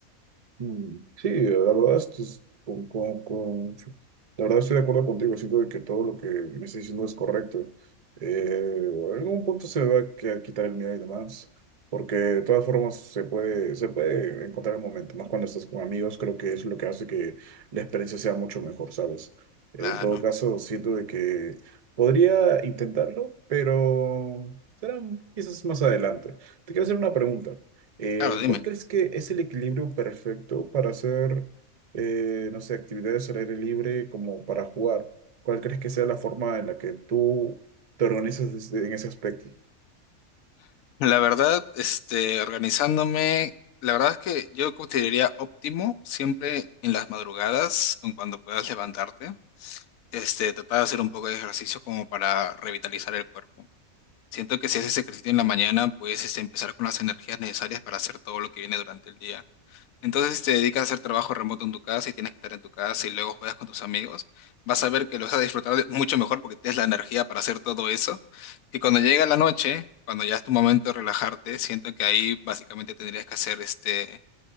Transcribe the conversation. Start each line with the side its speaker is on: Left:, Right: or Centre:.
Right: Mm, Sí, la verdad, esto es con, con- con- sí. la verdad estoy de acuerdo contigo, siento de que todo lo que me estás diciendo es correcto. Eh, en algún punto se me va a qui- quitar el miedo y demás, porque de todas formas se puede, se puede encontrar el momento, más cuando estás con amigos, creo que es lo que hace que la experiencia sea mucho mejor, ¿sabes? En
Left: Claro.
Right: todo caso, siento de que podría intentarlo, pero será quizás más adelante. Te quiero hacer una pregunta. Eh,
Left: Claro, dime.
Right: ¿cuál crees que es el equilibrio perfecto para hacer, eh, no sé, actividades al aire libre como para jugar? ¿Cuál crees que sea la forma en la que tú te organizas desde- en ese aspecto?
Left: La verdad, este, organizándome, la verdad es que yo consideraría óptimo siempre en las madrugadas, en cuando puedas levantarte, este, tratar de hacer un poco de ejercicio como para revitalizar el cuerpo. Siento que si haces ejercicio en la mañana, puedes este, empezar con las energías necesarias para hacer todo lo que viene durante el día. Entonces, si te dedicas a hacer trabajo remoto en tu casa y tienes que estar en tu casa y luego juegas con tus amigos, vas a ver que lo vas a disfrutar de- mucho mejor porque tienes la energía para hacer todo eso. Y cuando llega la noche, cuando ya es tu momento de relajarte, siento que ahí básicamente tendrías que hacer este,